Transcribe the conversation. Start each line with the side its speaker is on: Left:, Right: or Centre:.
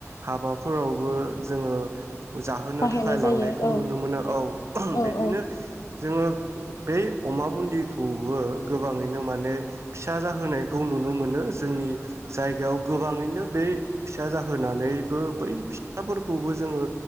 Right: हाबाफोरावबो जोङो जाहोनो
Left: बाहायनाय
Right: थाखाय लांनायखौ
Left: जायो औ
Right: नुनो मोनो औ
Left: औ
Right: बिदिनो
Left: औ
Right: जोङो बै अमा बुनदिखौबो गोबाङैनो माने फिसा जाहोनायखौ नुनो मोनो जोंनि जायगायाव गोबाङैनो बे फिसा जाहोनानैबो बै फिसाफोरखौबो जोङो